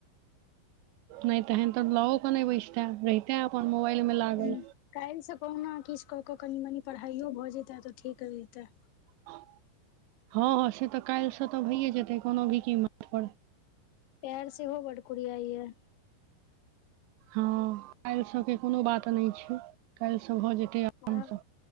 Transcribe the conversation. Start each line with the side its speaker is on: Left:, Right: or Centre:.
Right: नहि तऽ है तऽ लउ क नहि बैसत रहितै अपन मोबाइलमे लागल
Left: ह कालहि सकहु ने किछु कऽ कऽ कनि मनी पढ़ाइयो भऽ जेतै तऽ ठीक हो जेतै
Right: हँ हँ से तऽ काल्हिसँ तऽ भइए जेतै कोनो भी कीमत पर
Left: पैर से हो बड कुुरीयाय य
Right: हँ काल्हि सब के कोनो बात नहि छै काल्हि सब भऽ जेतै आरामसँ
Left: ह